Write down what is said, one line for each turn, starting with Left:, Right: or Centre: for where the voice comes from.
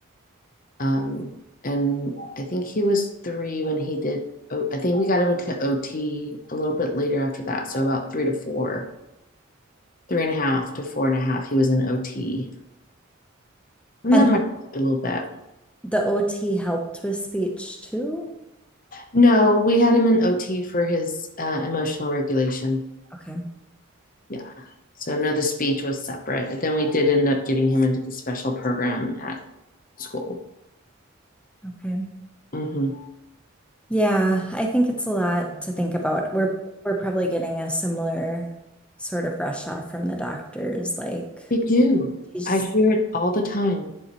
Left: Um, and I think he was three when he did. Oh, I think we got him into OT a little bit later after that, so about three to four, three and a half to four and a half. He was in OT, and
Centre: And
Left: that might have helped a little bit.
Centre: the OT helped with speech too?
Left: No, we had him in OT for his uh, emotional regulation.
Centre: Okay.
Left: Yeah. So no, the speech was separate. Then we did end up getting him into the special program at school.
Centre: Okay.
Left: hmm
Centre: Yeah, I think it's a lot to think about. We're we're probably getting a similar sort of rush off from the doctors, like
Left: We do.
Centre: she's
Left: I hear it all the time.